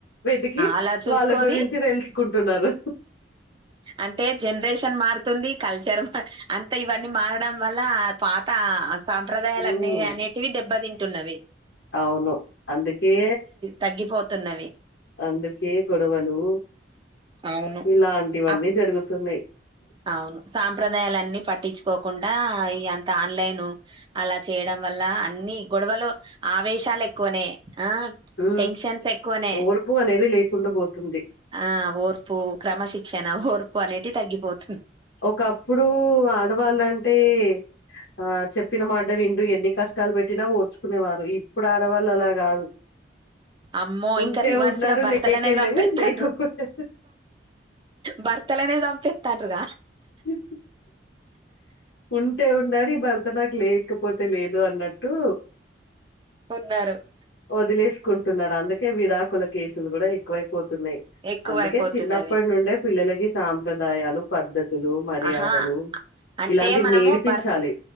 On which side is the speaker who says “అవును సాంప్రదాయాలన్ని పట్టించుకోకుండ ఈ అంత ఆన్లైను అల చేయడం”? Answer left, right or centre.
Right